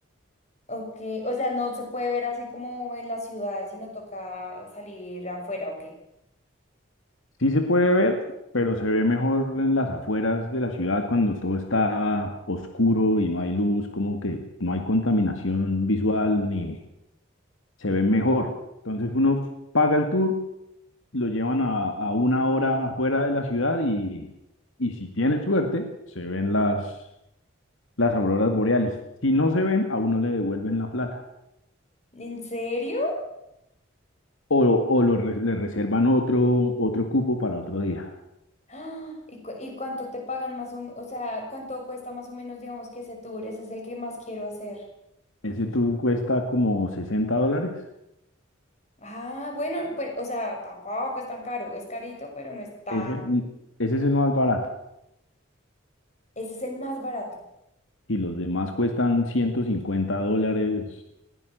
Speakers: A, on the left (about 35°); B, on the left (about 70°).
A: Ok, o sea, no se puede ver así como en las ciudades, sino toca salir afuera, ¿o qué?
B: Sí se puede ver, pero se ve mejor en las afueras de la ciudad cuando todo está oscuro y no hay luz, como que no hay contaminación visual ni se ve mejor. Entonces uno paga el tour lo llevan a, a una hora afuera de la ciudad y, y si tienen suerte, se ven las, las auroras boreales. Si no se ven, a uno le devuelven la plata
A: ¿En serio?
B: o, lo- o lo re- le reservan otro, otro cupo para otro día.
A: <gasps> ¡Ah! ¿Y, cu- y cuánto te pagan más o, o sea, cuánto cuesta más o menos, digamos, que ese tour? Ese es el que más quiero hacer.
B: Ese tour cuesta como sesenta dólares.
A: Ah, bueno, pues, o sea, tampoco es tan caro. Es carito, pero no está.
B: Ese, ese es el más barato.
A: Ese es el más barato.
B: Y los demás cuestan 150 dólares,